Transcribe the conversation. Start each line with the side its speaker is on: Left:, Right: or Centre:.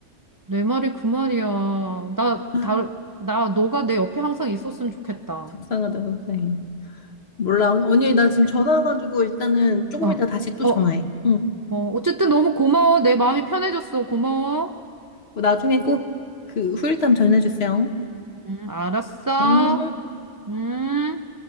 Right: 내 말이 그 말이야. 나,
Left: 아,
Right: 다, 나, 너가 내 옆에 항상 있었으면 좋겠다.
Left: 속상하다 속상해. 몰라 언니 나 지금 전화 와가지고 일단은 조금
Right: 어,
Left: 이따 다시 또
Right: 어,
Left: 전화해.
Right: 어.
Left: 응.
Right: 어, 어쨌든 너무 고마워. 내 마음이 편해졌어. 고마워.
Left: 나중에 꼭 그 후일담 전해주세요.
Right: 음, 알았어.
Left: 음.
Right: 음.